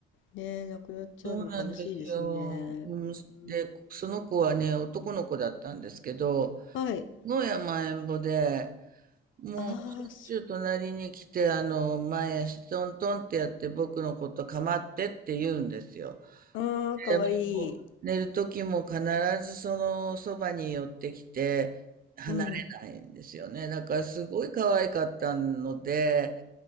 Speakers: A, on the left; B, on the right.
A: ね、亡くなっちゃうの悲しいですね。
B: そうなんですよ。うん、
A: うん。
B: で、その子はね、男の子だったんですけど、
A: はい。
B: 野山えんぼで、もうしょっちゅう隣に来て、
A: ああ、そ
B: あの、前足トントンってやって僕のこと構ってって言うんですよ。
A: う。ああ、かわいい。
B: でもう寝る時も必ずそのそばに寄ってきて離れないんですよね。
A: うん。
B: だからすごい可愛かったので、